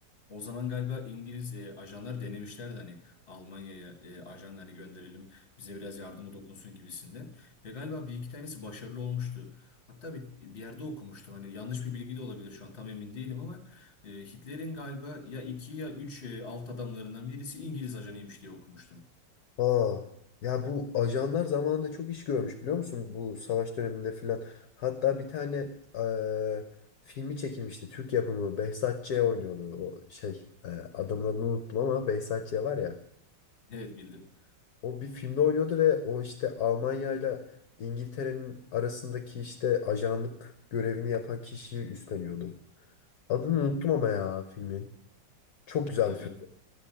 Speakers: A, on the left (about 40°); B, on the left (about 65°).
A: O zaman galiba İngiliz e, ajanlar denemişlerdi hani Almanya'ya e, ajan hani gönderelim bize biraz yardımı dokunsun gibisinden. Ve galiba bir iki tanesi başarılı olmuştu. Hatta bir, bir yerde okumuştum hani yanlış bir bilgi de olabilir şu an tam emin değilim ama e, Hitler'in galiba ya iki ya üç e, alt adamlarından birisi İngiliz ajanıymış diye okumuştum.
B: Aa, ya bu ajanlar
A: Hı,
B: zamanında çok iş görmüş biliyor musun? Bu savaş döneminde filan. Hatta bir tane eee, filmi çekilmişti. Türk yapımı. Behzat Ç. oynuyordu. O şey eee, adamın adını unuttum ama Behzat Ç. var ya.
A: Evet bildim.
B: O bir filmde oynuyordu ve o işte Almanya ile İngiltere'nin arasındaki işte ajanlık görevini yapan kişiyi üstleniyordu. Adını
A: Hmm.
B: unuttum ama ya filmin. Çok güzel
A: Ya
B: bir film.
A: ben